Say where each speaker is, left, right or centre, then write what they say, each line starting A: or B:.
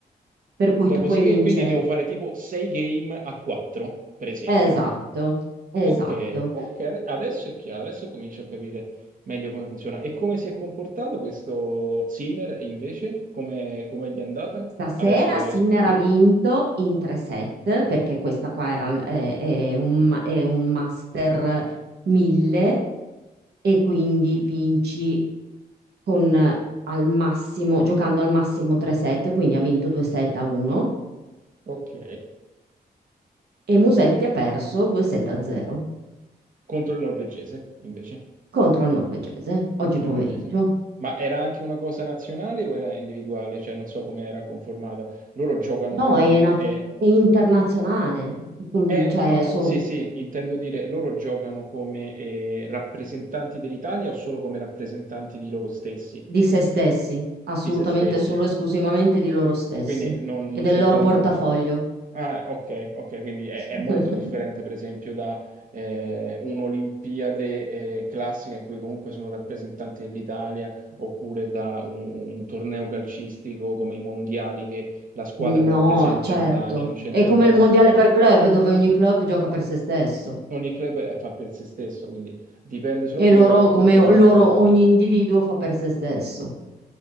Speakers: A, on the right; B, on the right.
A: per cui
B: Dopo
A: tu puoi
B: 6
A: vincere.
B: game, quindi devo fare tipo 6 game a 4, per esempio.
A: Esatto, esatto.
B: Ok, ok, ade- adesso è chiaro, adesso comincio a capire meglio come funziona. E come si è comportato questo Sinner e invece? Come, come gli è andata?
A: Stasera
B: Adesso che
A: Sinner
B: riesco a capire.
A: ha vinto in tre set, perché questa qua era, è, è un, ma- è un Master 1000 e quindi vinci con eh, al massimo, giocando al massimo tre set, quindi ha vinto 2 set a 1
B: Ok,
A: e Musetti
B: ok.
A: ha perso 2 set a 0
B: Contro il norvegese, invece.
A: contro il norvegese
B: Contro
A: oggi pomeriggio.
B: il norvegese. Ma era anche una cosa nazionale o era individuale? Cioè, non so come era conformata. Loro giocano
A: No,
B: come...
A: è, na-
B: Eh,
A: è internazionale, tutto il-
B: eh, no,
A: cioè
B: no, no,
A: sono
B: sì, sì, intendo dire, loro giocano come eh, rappresentanti dell'Italia o solo come rappresentanti di loro stessi?
A: di se stessi, assolutamente
B: di se stessi,
A: solo e esclusivamente di loro stessi
B: quindi non, non
A: e del
B: c'entra
A: loro portafoglio.
B: nulla. Ah, ok, ok, quindi è,
A: <laughs>
B: è molto differente per esempio da eh, un'Olimpiade eh, classica in cui comunque sono rappresentanti dell'Italia oppure da un, un torneo calcistico come i mondiali che la squadra
A: No,
B: rappresenta
A: certo.
B: l'Italia, non c'entra
A: È come
B: niente.
A: il mondiale per club, dove ogni club gioca per se stesso
B: Ogni club eh, fa per se stesso, quindi dipende solo da
A: e
B: loro
A: loro,
B: e
A: come
B: tutto il
A: o-
B: merito
A: loro,
B: va.
A: ogni individuo fa per se stesso.